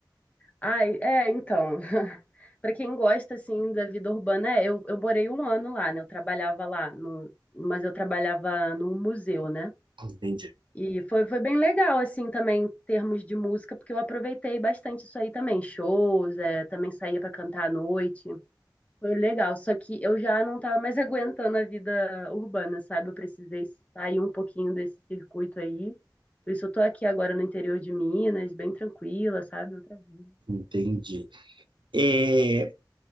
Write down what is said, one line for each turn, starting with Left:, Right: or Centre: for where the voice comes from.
Left: Ai, é, então. <laughs> para quem gosta assim da vida urbana, é, eu, eu morei um ano lá, né? Eu trabalhava lá no, mas eu trabalhava no museu, né?
Right: Entendi.
Left: E foi, foi bem legal assim também em termos de música, porque eu aproveitei bastante isso aí também, shows, é, também saía para cantar à noite. Foi legal, só que eu já não tava mais <laughs> aguentando a vida urbana, sabe? Eu precisei sair um pouquinho desse circuito aí. Por isso eu tô aqui agora no interior de Minas, bem tranquila, sabe? Outra vida.
Right: Entendi. É,